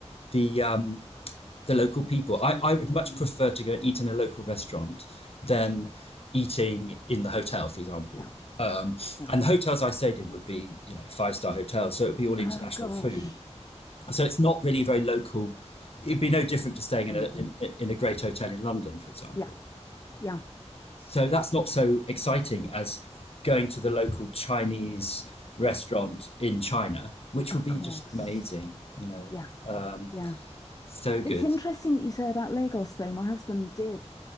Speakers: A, on the left; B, on the left.
A: the um, the local people. I,
B: Mm,
A: I would much prefer to go and eat in a local restaurant than eating in the hotel, for example.
B: yeah,
A: Um,
B: yeah.
A: and the hotels I stayed in would be you know five star hotels, so it would be all
B: Oh
A: international
B: gosh.
A: food. So it's not really very local. It'd be no different to staying in
B: Mm,
A: a in, in a great hotel in London, for example.
B: yeah, yeah,
A: So that's not so exciting as going to the local Chinese restaurant in China, which
B: of
A: would be
B: course.
A: just amazing, you know.
B: Yeah,
A: Um,
B: yeah.
A: so good.
B: It's interesting that you say about Lagos, though. My husband did